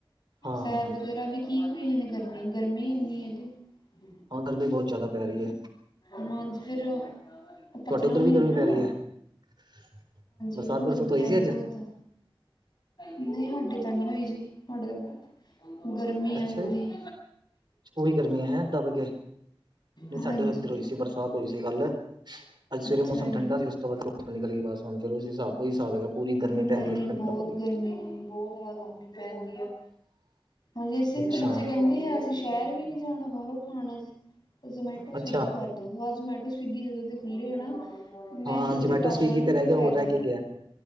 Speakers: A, on the right; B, on the left.
A: ਹਾਂ
B: ਸੈਰ ਵਗੈਰਾ ਵੀ ਕੀ ਕੇਹੇ ਨੇ ਕਰਨੀ ਗਰਮੀ ਇੰਨੀ ਹੈਗੀ। <unintelligible>
A: ਹਾਂ ਗਰਮੀ ਬਹੁਤ ਜ਼ਿਆਦਾ ਪੈ ਰਹੀ ਹੈ
B: ਹਾਂਜੀ ਫੇਰ ਪਚਾ
A: ਤੁਹਾਡੇ ਉੱਧਰ
B: ਵੀਨੀ
A: ਵੀ ਗਰਮੀ
B: ਨਾ
A: ਪੈ ਰਹੀ
B: ਆ
A: ਹੈ <inaudible>
B: ਇਨੂੰ
A: ਬਰਸੁਤ
B: ਗਰਮੀ
A: ਹੋਈ
B: ਆਈ
A: ਸੀ ਅੱਜ
B: ਬੋਤ ਆ। ਨਹੀਂ ਹੈਡੇ ਤਾਂ ਨੀ ਹੋਈ ਜੀ ਤੁਹਾਡੇ ਤਾਂ ਬਹੁ ਗਰਮੀ
A: ਅੱਛਾ
B: ਆ ਪੂਰੀ।
A: ਜੀ ਪੂਰੀ ਗਰਮੀ ਹੈਂ ਦੱਬ ਕੇ, ਨਈ
B: ਹਾਂਜੀ
A: ਸਾਡੇ ਹੋਧਰ ਹੋਈ ਸੀ ਬਰਸਾਤ। ਹੋਈ ਸੀ ਕੱਲ, ਅੱਜ ਸਵੇਰੇ
B: ਅੱਛਾ
A: ਮੌਸਮ
B: ਜੀ
A: ਠੰਡਾ ਸੀ ਉਸ ਤੋਂ ਬਾਦ ਧੁਪ ਨਿਕਲ ਗਈ ਬਸ, ਹੁਣ ਫੇਰ ਉਸ ਹੀ ਹਿਸਾਬ ਓਹੀ ਹਿਸਾਬ ਹੈਗਾ। ਪੂਰੀ ਗਰਮੀ
B: ਨਈ,
A: ਪੈ ਰਹੀ ਹੈ
B: ਨਈ
A: ਇਸ ਟਾਈਮ
B: ਬੋਤ
A: ਤਪਦੀ
B: ਗਰਮੀ ਬੋਤ ਬੜਾ ਗਰਮੀ ਪੈਂਦੀ ਆ ਹਜੇ ਏਸੇ ਲਈ
A: ਅੱਛਾ
B: ਤਾਂ ਬੱਚੇ ਕਹਿੰਦੇ ਆ ਅਸੀਂ ਸ਼ਹਿਰ ਵੀ ਨੀ ਜਾਣਾ ਬਾਹਰੋਂ ਖਾਣਾ ਜ਼ਮੈਟੋ ਸਵਿਗੀ
A: ਅੱਛਾ
B: ਕਰਦੋ ਜਾ ਜ਼ਮੈਟੋ ਸਵਿਗੀ ਜਦੋਂ ਦੇ ਖੁੱਲੇ ਆ ਨਾ ਮੈਨੂੰ
A: ਹਾਂ ਜਮੈਟੋ
B: ਤੇ ਲੱਗਦਾ
A: ਸਵੀਗੀ
B: ਨੀ
A: ਤੇ
B: ਕੀ
A: ਰਹਿ ਗਿਆ
B: ਪੈਦਲ
A: ਹੋਰ ਰਹਿ ਕੇ ਗਿਆ